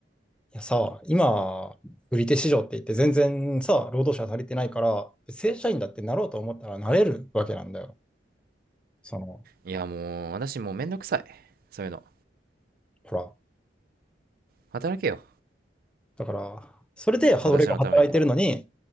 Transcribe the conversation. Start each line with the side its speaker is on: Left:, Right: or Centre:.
Centre: いやさ、今、売り手市場って言って全然さ、労働者足りてないから、正社員だってなろうと思ったらなれるわけなんだよ。その、
Right: いや、もう、私もうめんどくさい。そういうの。
Centre: ほら。
Right: 働けよ、
Centre: だから、それで俺が働いてるのに、
Right: 私のために。